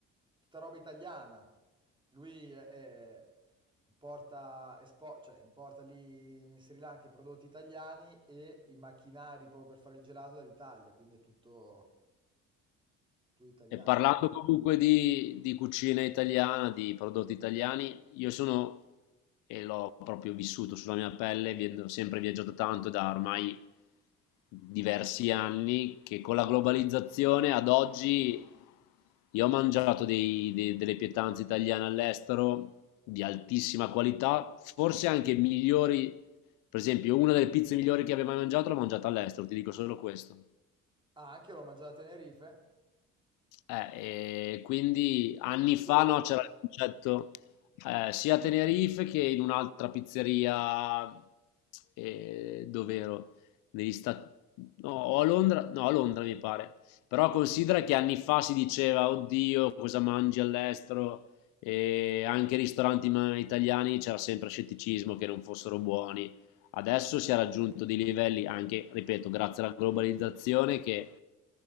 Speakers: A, on the right; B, on the left.
A: tutta roba italiana. Lui è- è- importa, espo- cioè, importa lì in Sri Lanka i prodotti italiani e i macchinari proprio per fare il gelato dall'Italia, quindi è tutto, tutto italiano.
B: E parlando comunque di, di cucina italiana, di prodotti italiani, io sono, e l'ho proprio vissuto sulla mia pelle, vi- ho sempre viaggiato tanto da ormai diversi anni, che con la globalizzazione ad oggi io ho mangiato dei- dei- delle pietanze italiane all'estero di altissima qualità, forse anche migliori, per esempio una delle pizze migliori che abbia mai mangiato l'ho mangiata all'estero, ti dico solo questo.
A: Ah, anche io l'ho mangiato a Tenerife.
B: Eh, e quindi anni
A: Tu
B: fa
A: dove?
B: no, c'era il concetto eh, sia a Tenerife che in un'altra pizzeria, eh, dove ero? Negli Stati No, o a Londra, no, a Londra mi pare. Però considera che anni fa si diceva, oddio, cosa mangi all'estero? E anche i ristoranti ma- italiani c'era sempre scetticismo che non fossero buoni adesso si è raggiunto dei livelli anche, ripeto, grazie alla globalizzazione che